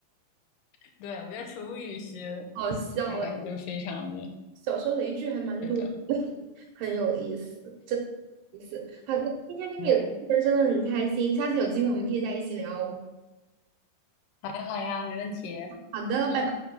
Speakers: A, on the left; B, on the right.
A: <laughs> 对，我叫楚雨荨，
B: <laughs> 好笑啊！
A: 大概就非常的
B: 小时候雷剧还蛮多的，
A: 对的，
B: <laughs> 很有意思。意思好的，今天跟你聊天真的很开心，
A: 对，
B: 下次有机会我们可以再一起聊哦。
A: 好呀好呀，没问题，
B: 好的，拜拜。
A: 嗯。